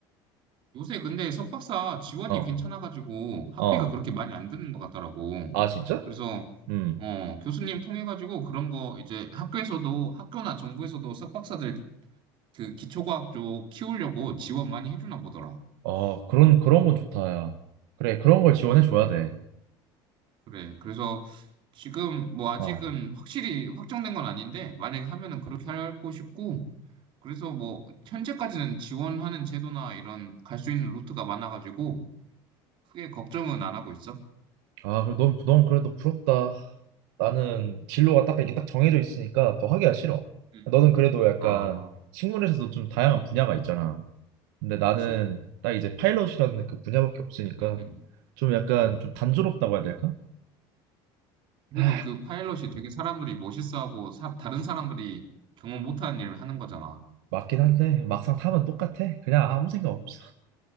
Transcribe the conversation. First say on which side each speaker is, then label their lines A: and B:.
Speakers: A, on the right; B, on the right.
A: 요새 근데 석박사 지원이
B: 어,
A: 괜찮아가지고 학비가
B: 어,
A: 그렇게 많이 안 드는 것 같더라고.
B: 아, 진짜?
A: 그래서
B: 음,
A: 어, 교수님 통해가지고 그런 거 이제 학교에서도 학교나 정부에서도 석박사들 그 기초과학 쪽 키우려고 지원 많이 해주나 보더라.
B: 아, 그런 그런 건 좋다, 야. 그래, 그런 걸
A: 음,
B: 지원해 줘야 돼.
A: 그래. 그래서 지금 뭐 아직은
B: 어.
A: 확실히 확정된 건 아닌데 만약에 하면은 그렇게 하고 싶고 그래서 뭐 현재까지는 지원하는 제도나 이런 갈 수 있는 루트가 많아가지고 크게 걱정은 안 하고 있어.
B: 아, 그래, 넌, 넌 그래도 부럽다. 나는 진로가 딱 이렇게 딱 정해져 있으니까 더 하기가 싫어.
A: 음.
B: 너는 그래도 약간
A: 아,
B: 식물에서도 좀 다양한
A: 음,
B: 분야가 있잖아. 근데 나는
A: 그렇지.
B: 딱 이제 파일럿이라는 그 분야밖에 없으니까
A: 음, 음,
B: 좀 약간
A: 음.
B: 좀 단조롭다고 해야 될까?
A: 그래도
B: 아,
A: 그 파일럿이 되게 사람들이 멋있어하고 사- 다른 사람들이 경험 못하는 일을 하는 거잖아.
B: 맞긴 한데 막상 타면 똑같아. 그냥 아무 생각 없어.